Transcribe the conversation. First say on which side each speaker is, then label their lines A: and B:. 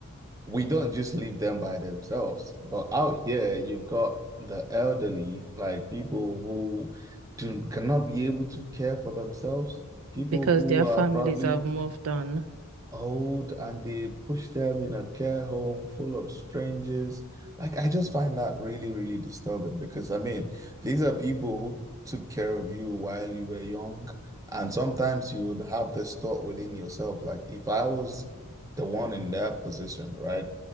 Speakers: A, on the right (about 15°); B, on the right (about 80°).
A: we don't just leave them by themselves. But out here, you've got the elderly, like people who do cannot be able to care for themselves, people
B: Because
A: who
B: their
A: are
B: families
A: probably
B: have moved on.
A: old and they push them in a care home full of strangers. Like I just find that really, really disturbing because I mean, these are people who took care of you while you were young. And sometimes you would have this thought within yourself, like if I was the one in their position, right?